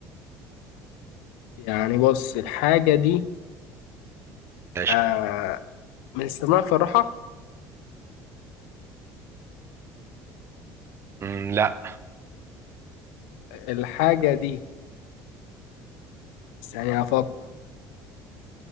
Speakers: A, on the left; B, on the right.
A: يعني بص الحاجة دي
B: ماشي
A: آه من استخدامها في الراحة
B: مم، لا
A: الحاجة دي ثانية هفكر